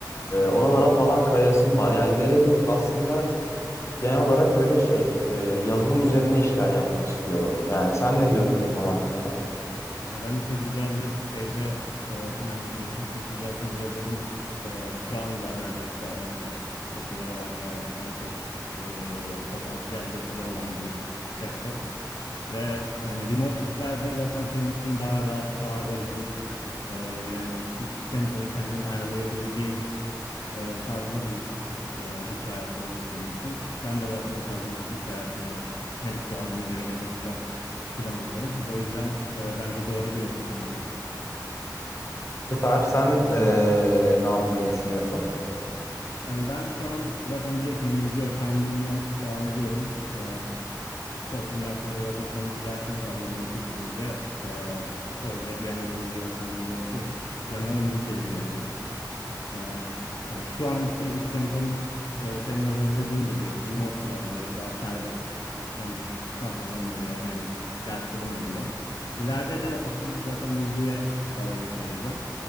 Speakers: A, on the left; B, on the left.
A: E, oralara
B: Hı hı.
A: falan kayasım var. Yani ileriye dönük aslında genel olarak böyle şey e, yazılım üzerine işler yapmak istiyorum. Yani sen ne diyorsun bu konu hakkında?
B: Ya bence çok güzel bir şeyde e, plan yapıyorsun. Çünkü zaten yazılım e, şu anda neredeyse en çok popüler olan ve en çok e, potansiyel getiri olan bir sektör. Ve yani remote işlerde zaten senin için daha rahat, daha özgür. e, yani iş temponu kendin ayarlayabileceğin e, tarzda bir e, iş hayatı olur senin için. Ben de zaten o tarz bir iş hayatını hem şu an hem de gelecekte planlıyorum. O yüzden e, bence doğru bir yoldasın yani.
A: Süper. Sen e, ne yapmayı düşünüyorsun?
B: Yani ben şu an zaten biliyorsun İngilizce öğretmenliğinden devam ediyorum. E, so- üniversitede zaten son iki dersim kaldı onu bitirince e, şey olacak bir yandan İngilizce öğretmenliğinde yapıyorum. Bir yandan da müzikle ilgileniyorum. Ee, yani şu anki iş tempom e, senin az önce dediğin gibi remote biraz böyle daha serbest. Hem sahnelerim oluyor hem derslerim oluyor. İleride de asıl zaten müziğe ağırlık vereceğim.